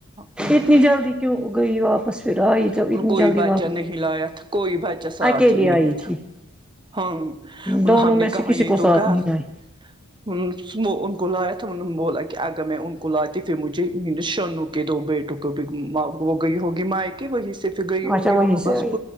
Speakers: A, on the right (about 25°); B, in the centre.
A: وہ
B: اتنی
A: بھی ہے
B: جلدی کیوں گئی یہ واپس پھر آئی چ
A: ان
B: اتنی
A: کوئی
B: جلدی
A: بچہ
B: واپس
A: نہیں لایا تھا کوئی بچہ ساتھ
B: اکیلی
A: ہی نہیں
B: آئی
A: تھا
B: تھی
A: ہاں ان
B: دونوں
A: ہم نے
B: میں سے
A: کہا
B: کسی
A: یہ
B: کو
A: تو
B: ساتھ
A: گھر
B: نہیں لائی
A: بولا کہ اگر میں <unintelligible> کے دو بیٹے ٹکٹک ماں وہ گئی ہوگی ماں ایک ہی بجی سے پھر گئی ہوگی
B: اچھا وہیں
A: وہاں
B: سے
A: بس
B: آئی